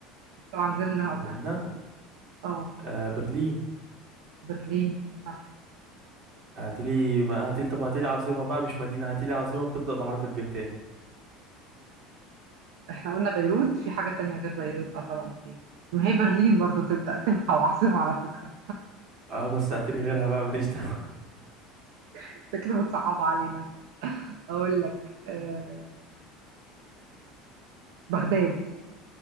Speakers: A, on the right (about 80°); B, on the right (about 50°).
A: طبعا غير اللي انا
B: مدينه
A: قلتها اه
B: آه برلين
A: برلين صح
B: هاتيلي ما هاتيلي طب هاتيلي عاصمه بقى مش مدينه هاتيلي عاصمه بتبدا بحرف الب تاني
A: احنا قلنا بيروت في حاجة تانية غير بيروت اه طبعا في ما هي برلين برضه تبدأ تنفع وعاصمة على فكرة
B: اه بس هاتيلي غيرها بقى ماليش دعوه <laughs>
A: انت كده بتصعبها علينا اقول لك آه بغداد